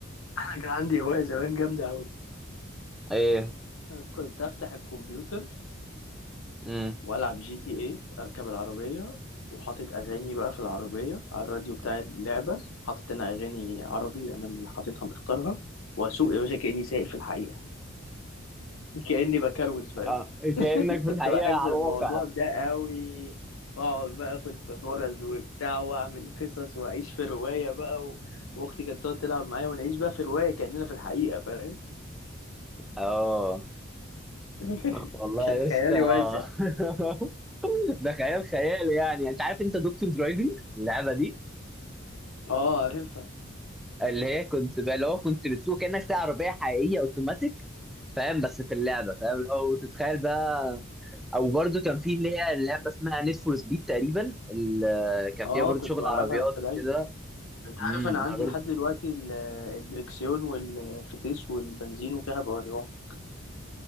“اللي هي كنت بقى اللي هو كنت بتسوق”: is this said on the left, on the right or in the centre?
Centre